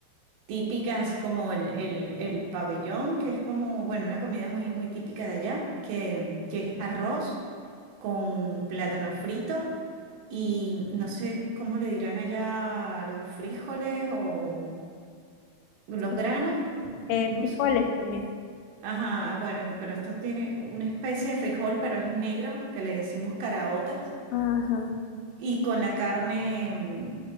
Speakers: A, on the right; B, on the left.
A: típicas, así como el, el, el pabellón, que es como, bueno, una comida muy, muy típica de allá, que, que es arroz con plátano frito y no sé cómo le dirán allá a los frijoles o los
B: Sí.
A: granos,
B: Eh,
A: no
B: frijoles
A: sé cómo.
B: también.
A: Ajá, bueno, pero esto tiene una especie de frijol, pero es negro, que le decimos caraotas,
B: Ajá,
A: y con la carne mm,